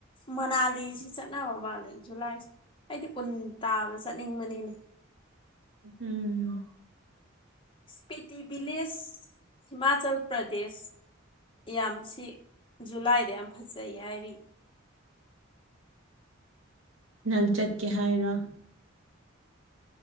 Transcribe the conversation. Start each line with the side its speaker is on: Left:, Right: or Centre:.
Left: ꯃꯅꯥꯂꯤꯁꯤ ꯆꯠꯅꯕ ꯃꯥꯂꯤ ꯖꯨꯂꯥꯏꯁꯤ ꯑꯩꯗꯤ ꯎꯟ ꯇꯥꯕ ꯆꯠꯅꯤꯡꯕꯅꯤꯅꯦ
Right: ꯎꯝ
Left: ꯏꯁꯄꯦꯇꯤ ꯕꯤꯂꯦꯖ ꯍꯤꯃꯥꯆꯜ ꯄ꯭ꯔꯗꯦꯁ ꯌꯥꯝ ꯁꯤ ꯖꯨꯂꯥꯏꯗ ꯌꯥꯝ ꯐꯖꯩ ꯍꯥꯏꯔꯤ
Right: ꯅꯪ ꯆꯠꯀꯦ ꯍꯥꯏꯔꯣ